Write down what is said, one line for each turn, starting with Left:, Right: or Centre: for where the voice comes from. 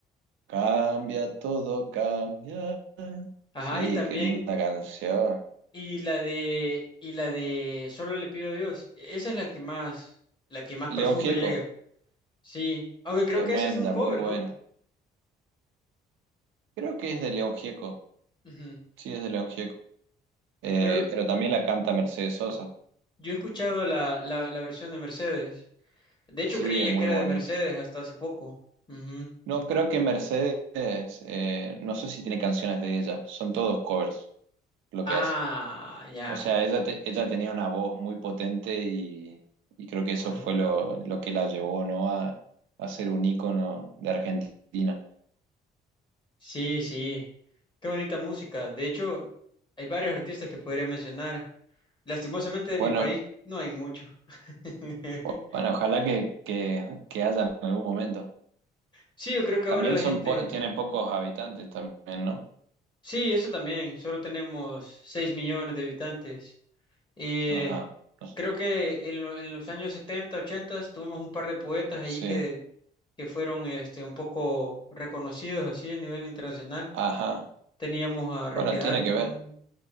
Right: Cambia todo, cambia.
Left: Ajá,
Right: Sí,
Left: y también,
Right: qué linda canción.
Left: y la de, y la de Solo le pido a Dios. Esa es la que más, la que más
Right: León
Left: profundo
Right: Gieco,
Left: llega. Sí, aunque creo
Right: tremenda,
Left: que ese es un cover,
Right: muy buena.
Left: ¿no?
Right: Creo que es de León Gieco.
Left: Ujú.
Right: Sí, es de León Gieco. Eh,
Left: Pero
Right: pero también la canta Mercedes Sosa.
Left: yo he escuchado la, la, la versión de Mercedes. De hecho,
Right: Sí,
Left: creía
Right: es muy
Left: que era
Right: bonito.
Left: de Mercedes hasta hace poco. Ujú.
Right: No, creo que Mercedes, eh, no sé si tiene canciones de ella. Son todos covers lo
Left: Ah,
Right: que hace.
Left: ya.
Right: O sea, ella, te- ella tenía una voz muy potente y, y creo que eso
Left: Ajá.
Right: fue lo, lo que la llevó, ¿no? A, a ser un ícono de Argentina.
Left: Sí, sí. Qué bonita música. De hecho, hay varios artistas que podría mencionar. Lastimosamente de
Right: Bueno,
Left: mi país no hay mucho. <laughs>
Right: o- bueno, ojalá que, que, que haya en algún momento.
Left: Sí, yo creo que
Right: También
Left: ahora la
Right: son
Left: gente...
Right: po- tiene pocos habitantes también, ¿no?
Left: Sí, eso también. Solo tenemos 6 millones de habitantes. Eh,
Right: Ajá. No sé.
Left: creo que en, lo- en los años 70, 80 tuvimos un par de poetas ahí
Right: Sí.
Left: que, que fueron este, un poco reconocidos así a nivel internacional.
Right: Ajá.
Left: Teníamos a Roque
Right: Bueno,
Left: Dalton.
Right: tiene que ver.